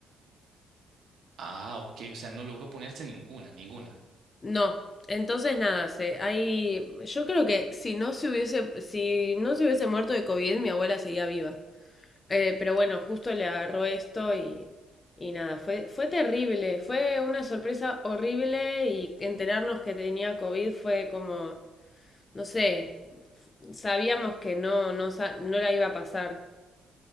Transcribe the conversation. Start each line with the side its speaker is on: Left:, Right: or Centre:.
Right: Ah, ok, o sea, no logró ponerse ninguna, ninguna.
Left: No, entonces nada, se, hay, yo creo que si no se hubiese, si no se hubiese muerto de COVID, mi abuela seguía viva. Eh, pero bueno, justo le agarró esto y, y nada, fue, fue terrible, fue una sorpresa horrible y enterarnos que tenía COVID fue como... no sé, sabíamos que no, no, no la iba a pasar.